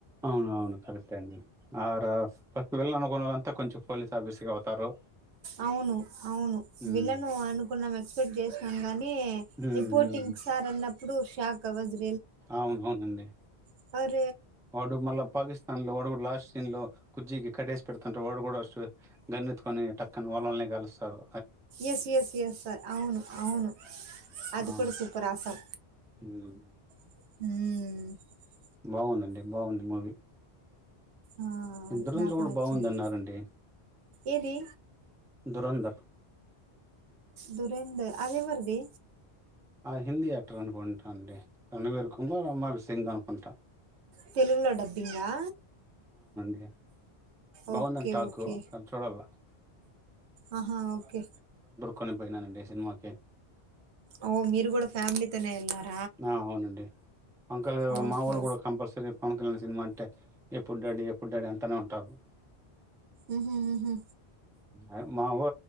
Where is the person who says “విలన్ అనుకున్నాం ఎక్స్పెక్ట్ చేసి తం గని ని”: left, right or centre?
Right